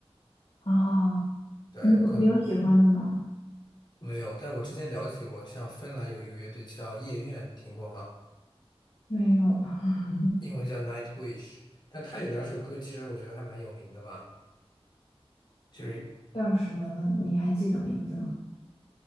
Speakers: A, on the left (about 65°); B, on the left (about 45°).
A: 啊，
B: 对，
A: 你有你有喜欢的吗？
B: 我可能没有，但是我之前了解过，像芬兰有一个乐队叫夜愿，听过吗？
A: 没有，<laughs>
B: 英文叫 Nightwish，但他有两首歌，其实我觉得还蛮有名的吧，就是
A: 叫什么呢？你还记得名字吗？